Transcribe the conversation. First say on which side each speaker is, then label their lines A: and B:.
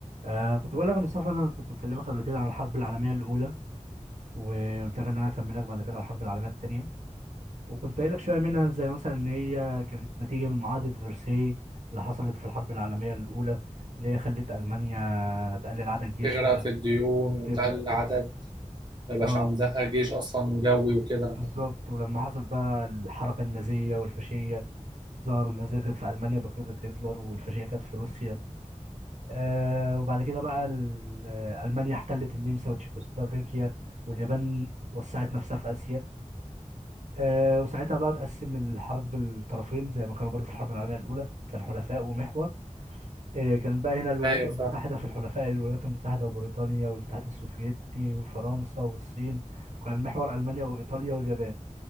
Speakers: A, on the right; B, on the right.
A: آه كنت بقول لك يا مصطفى انا كنت بكلمك قبل كده عن الحرب العالميه الاولى وقلت لك ان انا هكملك بعد كده عن الحرب العالميه الثانيه وكنت قايل لك شويه منها زي مثلا ان هي كانت نتيجه من معاهده فرساي اللي حصلت في الحرب العالميه الاولى اللي هي خلت المانيا تقلل عدد جيشها
B: تغرق في الديون
A: وتغرق
B: وتقل
A: في
B: عدد
A: الديون
B: ما يبقاش
A: اه
B: عندها جيش أصلا جوي وكده
A: بالظبط ولما حصل بقى الحركه النازيه والفاشيه ظهروا النازيه كانت في المانيا بقياده هتلر والفاشيه كانت في روسيا آه وبعد كده بقى ال- آه، ألمانيا احتلت النمسا وتشيكوسلوفاكيا واليابان وسعت نفسها في آسيا آه وساعتها بقى تقسم الحرب الطرفين زي ما كانوا برضه في الحرب العالمية الأولى كان حلفاء ومحور آه كانت بقى هنا الولايات
B: أيوة
A: المتحدة
B: فاهم
A: في الحلفاء الولايات المتحدة وبريطانيا والاتحاد السوفيتي وفرنسا والصين وكان المحور ألمانيا وإيطاليا واليابان